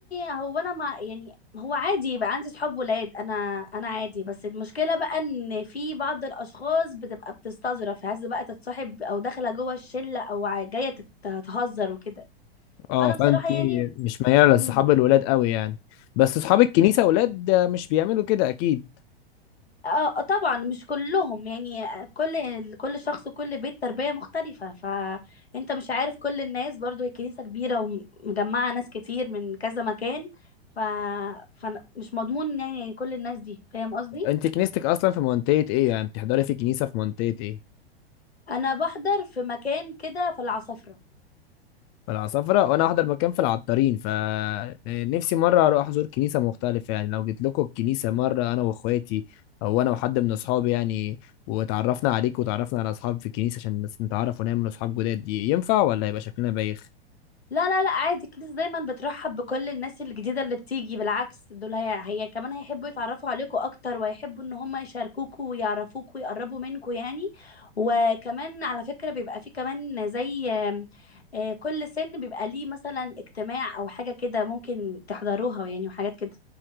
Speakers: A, on the left (about 80°); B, on the left (about 25°).
A: هو انا ما يعني هو عادي يبقى عندي صحاب ولاد انا انا عادي بس المشكله بقى ان في بعض الاشخاص بتبقى بتستظرف عايزه بقى تتصاحب او داخله جوه الشله او ع- جايه تت- تهزر وكده
B: اه
A: فانا
B: فانت
A: بصراحه يعني
B: مش مياله
A: مم.
B: لاصحاب الولاد قوي يعني بس اصحاب الكنيسه ولاد آه، مش بيعملوا كده اكيد
A: اه آه، طبعا مش كلهم يعني كل كل شخص وكل بيت تربية مختلفة فانت مش عارف كل الناس برضو هي كنيسة كبيرة ومجمعة ناس كتير من كذا مكان ف فمش مضمون يعني كل الناس دي فاهم قصدي
B: انت كنيستك اصلا في منطقه ايه يعني بتحضري في كنيسه في منطقه ايه
A: انا بحضر في مكان كده في العصافرة
B: في العصافره وانا احضر مكان في العطارين فنفسي مره اروح احضر كنيسه مختلفه يعني لو جيت لكم الكنيسه مره انا واخواتي او انا وحد من اصحابي يعني واتعرفنا عليك وتعرفنا على اصحاب في الكنيسه عشان نتعرف ونعمل اصحاب جداد دي ينفع ولا يبقى شكلنا بايخ
A: لا لا لا عادي الكنيسة دايما بترحب بكل الناس الجديدة اللي بتيجي بالعكس دول هي, هي كمان هيحبوا يتعرفوا عليكوا أكتر ويحبوا إن هم يشاركوكوا ويعرفوكوا ويقربوا منكوا يعني وكمان على فكرة بيبقى في كمان زي آم، آه، كل سن بيبقى ليه مثلا اجتماع أو حاجة كده ممكن تحضروها يعني وحاجات كده